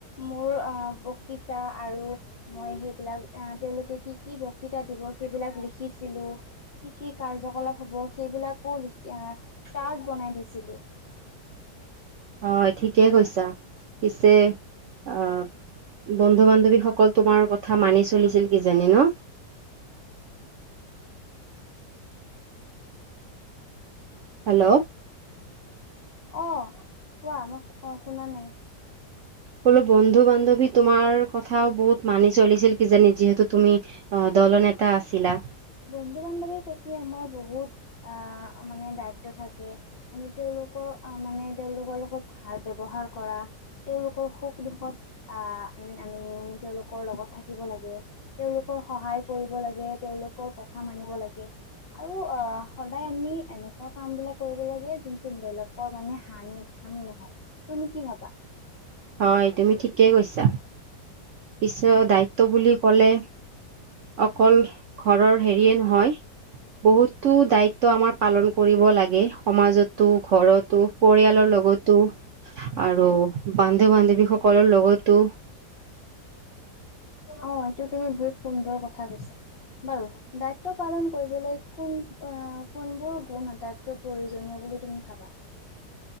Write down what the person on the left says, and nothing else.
মোৰ অ বক্ততা আৰু সেইবিলাক আহ তেওঁলোকে কি কি বক্তৃতা দিব সেইবিলাক লিখিছিলো। কি কি কাৰ্যকলাপ হব সেইবিলাকো লিখি চাৰ্ট বনাই দিছিলো।
<inaudible>
অ', কোৱা মই অ শুনা নাই।
বন্ধু বান্ধৱীৰ প্ৰতি আমাৰ বহুত আহ মানে দায়িত্ব থাকে আমি তেওঁলোক মানে লগত ভাল ব্যৱহাৰ কৰা তেওঁলোকৰ সুখ দুখত আ উম আমি তেওঁলোকৰ লগত থাকিব লাগে। তেওঁলোকৰ সহায় কৰিব লাগে তেওঁলোকক কথা মানিব লাগে। আৰু অ সদায় আমি এনেকুৱা কাম বিলাক কৰিব লাগে, যোনটো বেলেগৰ মানে হানি হামি নহয়। তুমি কি ভাবা?
অ এইটো তুমি বহুত সুন্দৰ কথা কৈছা। বাৰু, দায়িত্ব পালন কৰিবলৈ কোন আহ কোনবোৰ গুণ আটাইতকৈ প্ৰয়োজনীয় বুলি তুমি ভাবা?